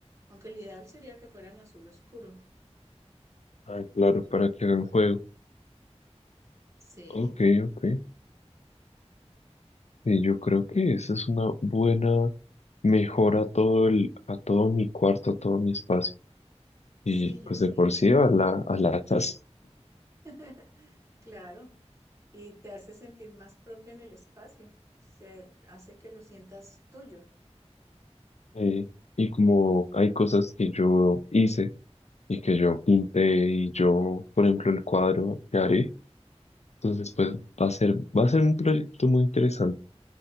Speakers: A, on the right; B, on the left.
A: Aunque el ideal sería que fueran azul oscuro.
B: Ah, claro, para que hagan juego.
A: Sí,
B: Ok, ok. Y yo creo que esa es una buena mejora a todo el, a todo mi cuarto, a todo mi espacio.
A: sí,
B: Y pues
A: yo sí,
B: de por sí a la, a la casa.
A: <laughs> claro. Y te hace sentir más propio en el espacio. O sea, hace que lo sientas tuyo.
B: Eh, y como hay cosas que yo hice y que yo pinté y yo, por ejemplo, el cuadro que haré, entonces pues va a ser, va a ser un proyecto muy interesante.